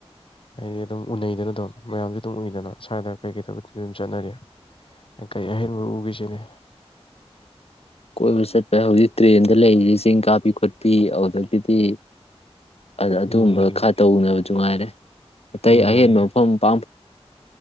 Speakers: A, on the left; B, on the left.
A: ꯍꯥꯏꯗꯤ ꯑꯗꯨꯝ ꯎꯅꯩꯗꯅ ꯑꯗꯨꯝ ꯃꯌꯥꯝꯁꯨ ꯑꯗꯨꯝ ꯎꯏꯗꯅ ꯁ꯭ꯋꯥꯏꯗ ꯀꯩꯀꯩ ꯇꯧꯕ ꯑꯗꯨꯝ ꯆꯠꯅꯔꯤ ꯀꯩ ꯎ ꯎꯒꯦꯁꯤꯅꯤ
B: ꯀꯣꯏꯕ ꯆꯠꯄ ꯍꯧꯖꯤꯛ ꯇ꯭ꯔꯦꯟꯗ ꯂꯩꯔꯤ ꯆꯤꯡ ꯀꯥꯞꯄꯤ ꯈꯣꯠꯄꯤ ꯑꯗꯨꯒꯤꯗꯤ ꯑꯗꯨꯒꯝꯕ
A: ꯎꯝ
B: ꯈꯔ ꯇꯧꯅꯕꯖꯨ ꯉꯥꯏꯔꯦ ꯑꯇꯩ
A: ꯎꯝ
B: ꯑꯍꯦꯟꯕ ꯃꯐꯝ ꯄꯥꯛ